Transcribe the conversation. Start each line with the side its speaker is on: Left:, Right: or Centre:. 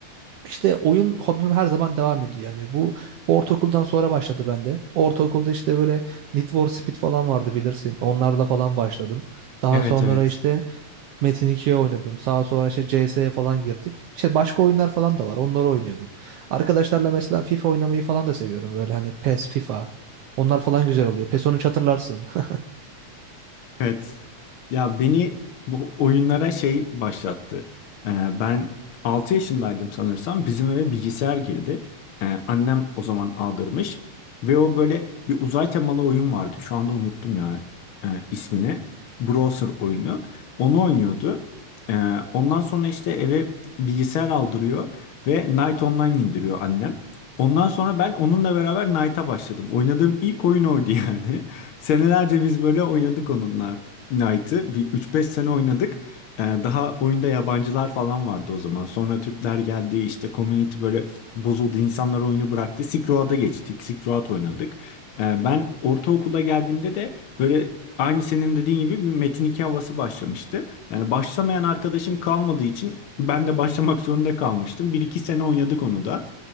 Right: işte oyun hobim her zaman devam ediyor. Yani bu ortaokuldan sonra başladı bende. Ortaokulda işte böyle Need for Speed falan vardı bilirsin. Onlarla falan başladım. Daha
Left: Evet
Right: sonra
Left: evet.
Right: işte Metin 2'ye oynadım. Sağa sonra işte CS'ye falan girdik. İşte başka oyunlar falan da var. Onları oynuyorum. Arkadaşlarla mesela FIFA oynamayı falan da seviyorum. Böyle hani PES, FIFA. Onlar falan güzel oluyor. PES 13 hatırlarsın. <laughs>
Left: Evet. Ya beni bu oyunlara şey başlattı. Ee, ben 6 yaşındaydım sanırsam. Bizim eve bilgisayar girdi. Ee, annem o zaman aldırmış. Ve o böyle bir uzay temalı oyun vardı. Şu anda unuttum ya e, ismini. Browser oyunu. Onu oynuyordu. Ee, ondan sonra işte eve bilgisayar aldırıyor. Ve Night Online indiriyor annem. Ondan sonra ben onunla beraber Knight'a başladım. Oynadığım ilk oyun oydu yani. <laughs> Senelerce biz böyle oynadık onunla Knight'ı. Bir üç beş sene oynadık. Ee, daha oyunda yabancılar falan vardı o zaman. Sonra Türkler geldi işte community böyle bozuldu. İnsanlar oyunu bıraktı. Silk Road'a geçtik. Silk Road oynadık. Ee, ben ortaokula geldiğimde de böyle aynı senin dediğin gibi bir Metin 2 havası başlamıştı. Yani başlamayan arkadaşım kalmadığı için ben de başlamak zorunda kalmıştım. Bir iki sene oynadık onu da.